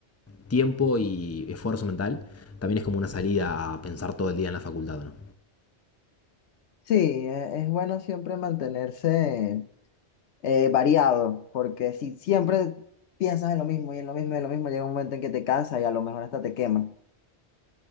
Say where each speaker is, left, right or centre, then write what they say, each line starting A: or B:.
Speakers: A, on the left; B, on the left.
A: tiempo y esfuerzo mental, también es como una salida a pensar todo el día en la facultad, ¿no?
B: Sí, e- es bueno siempre mantenerse eh, variado, porque si siempre piensas en lo mismo y en lo mismo y en lo mismo, llega un momento en que te cansas y a lo mejor hasta te quemas.